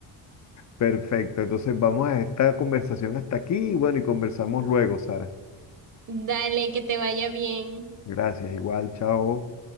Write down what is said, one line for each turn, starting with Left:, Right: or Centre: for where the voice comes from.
Left: Perfecto. Entonces vamos a esta conversación hasta aquí y bueno, y conversamos luego, Sara.
Right: Dale, que te vaya bien.
Left: Gracias, igual, chao.